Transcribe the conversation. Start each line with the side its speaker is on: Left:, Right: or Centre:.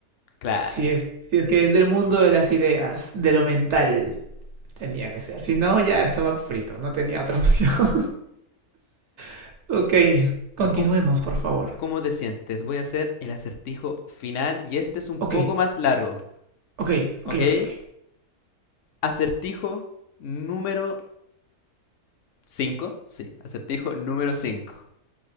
Left: Claro.
Right: Si es, si es que es del mundo de las ideas, de lo mental, tenía que ser. Si no, ya estaba frito, no tenía otra opción. <laughs> ok, continuemos,
Left: ¿Cómo,
Right: por favor.
Left: cómo te sientes? Voy a hacer el acertijo final y este es un
Right: Ok,
Left: poco más largo,
Right: ok,
Left: ¿ok?
Right: ok, ok, ok.
Left: Acertijo número cinco, Sí, acertijo número 5.